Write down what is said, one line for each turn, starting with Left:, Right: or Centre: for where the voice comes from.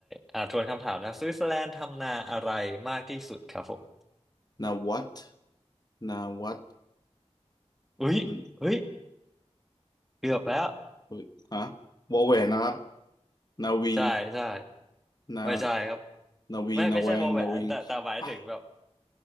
Centre: อ่าทวนคำถามนะสวิตเซอร์แลนด์ทำนาอะไรมากที่สุดครับผม
Left: นาวัตนาวัต
Centre: อุ้ยอุ้ย
Left: อืม
Centre: เกือบแล้ว
Left: เฮ้ยฮะวอแหวนนะครับนาวี
Centre: ใช่ใช่
Left: นา
Centre: ไม่ใช่ครับ
Left: นาวิงนาแวงนาวิง
Centre: ไม่ไม่ใช่วอแหวนแต่แต่หมายถึงแบบ
Left: ม